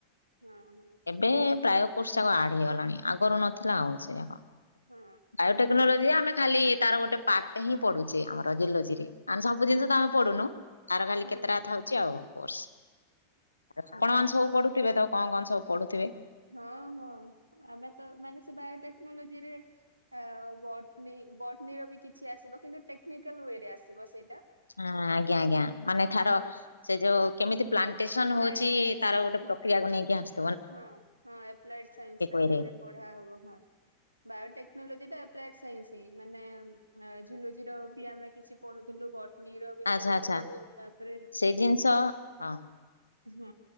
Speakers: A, on the right; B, on the left.
A: ହଁ ହଁ।
B: ଏବେ ପ୍ରାୟ କୋର୍ସ ଯାକ ଆଡ ହେଇଗଲାଣି ଆଗରୁ ନଥିଲା ଆଉ ସେ ଯାକ।
A: ହୁଁ।
B: ବାୟୋଟେକ୍ନୋଲୋଜିରେ ଆମେ ଖାଲି ତାର ଗୋଟେ ପାର୍ଟେ ହିଁ ପଡ଼ୁଚେ ଆମର ଜିଲୋଜିରେ ସବୁ ଜିନିଷ ତ ଆମେ ପଢୁନୋହୁଁ। ତାର ଖାଲି
A: ହୁଁ
B: କେତେଟାଥାଉଚି
A: ହୁଁ ହୁଁ
B: ଆଉ କୋର୍ସ ଆପଣ
A: ହଁ
B: ମାନେ ସବୁ ପଢୁଥୁବେ ତ କଣ କଣ ସବୁ ପଢୁଥିବେ?
A: ହଁ ହଁ ଆମେ ତ ମାନେ ସେ ବାୟୋଟେକ୍ନୋଲୋଜିରେ ଆଉ ବଟନୀ ବଟନୀ ର ବି କିଛି ଆସିବ କିନ୍ତୁ ଟେକ୍ନିକାଲ ୱେରେ ଆସିବ ସେଇଟା।
B: ହଁ ଆଜ୍ଞା
A: ଆଉ
B: ଆଜ୍ଞା ମାନେ ଥାର
A: ହଁ
B: ସେ ଯୋଉ କେମିତି ପ୍ଲାଣ୍ଟେସନ
A: ଏପ୍ଲାଏଡ
B: ହୋଉଚି
A: ସାଇନ୍ସ
B: ତାର
A: ଟା
B: ଗୋଟେ
A: ହଁ
B: ପ୍ରକ୍ରିୟାକୁ ନେଇକି ଆସେ।
A: ହଁ ହଁ ଏପ୍ଲାଏଡେ୍ ସାଇନ୍ସି ଟା
B: ୱେରେ
A: ସେଥିରେ ପଢା ହବ ହଁ। ବାୟୋଟେକ୍ନୋଲୋଜିଟା ଏପ୍ଲାଏଡେ ସାଇନ୍ସି। ଏଇ ମାନେ ଜୁଲୋଜିର ବି ଆମେ କିଛି ପଢୁଥିଲୁ। ବଟ ନୀର ବି
B: ଆଚ୍ଛା
A: ପଡୁଥୁଲୁ
B: ଆଚ୍ଛା
A: ତାପରେ
B: ସେଇ ଜିନିଷ ହଁ
A: ହଁ